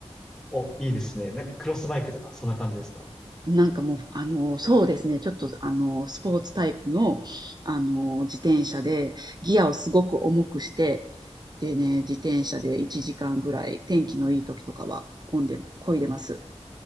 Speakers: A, in the centre; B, on the right.
A: お、いいですね。なんかクロスバイクとか、そんな感じですか
B: なんかもう、あの、そうですね、ちょっと、あの、スポーツタイプの、あの、自転車で、ギアをすごく重くして、でね、自転車で1時間ぐらい、天気のいい時とかは、混んで、漕いでます。